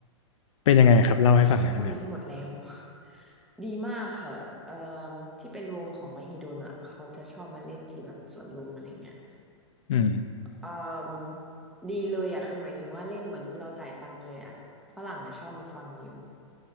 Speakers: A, on the left; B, in the centre.
A: เป็นยังไงครับเล่าให้ฟังหน่อยได้ไหมครับ
B: แต่ช่วงนี้หมดแล้ว <laughs> ดีมากค่ะเอ่อที่เป็นวงของมหิดลอ่ะเขาจะชอบมาเล่นที่แบบสวนลุมอะไรเงี้ย
A: อืม
B: เอ่อดีเลยอ่ะคือหมายถึงว่าเล่นเหมือนเราจ่ายตังค์เลยอ่ะฝรั่งอ่ะชอบมาฟังเยอะ